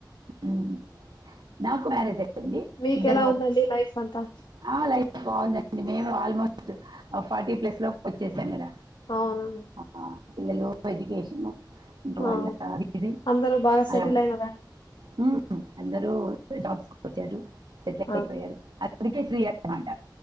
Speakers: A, on the right; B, on the left.
A: ఉమ్. నాకు మ్యారేజ్ అయ్యింది
B: మీకెలా
A: ఇద్దరు మొ
B: ఉందండి లైఫ్ అంతా
A: ఆ లైఫ్ బాగుందండి మేము ఆల్మోస్ట్ ఫార్టీ ప్లస్ లో వచ్చేసాం కదా
B: అవునోను
A: ఆ, పిల్లలు ఎడ్యుకేషన్ ఇకా వాళ్ళ
B: ఆ
A: ఇది
B: అందరూ బాగా
A: అలా
B: సెటిల్ అయినారా అండి
A: హ్మ్ అందరూ జాబ్స్ వచ్చారు సెటిల్ అయిపోయారు
B: ఓకే
A: అందురికే ఫ్రీ అన్నమాట